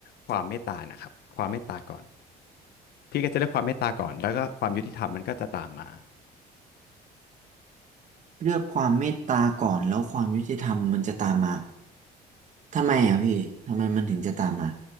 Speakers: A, on the left; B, on the right.
A: ความเมตตานะครับ ความเมตตาก่อน พี่ก็จะเลือกความเมตตาก่อน แล้วก็ความยุติธรรมมันก็จะตามมา
B: เลือกความเมตตาก่อนแล้วความยุติธรรมมันจะตามมาทำไมอ่ะพี่ทำไมมันถึงจะตามมา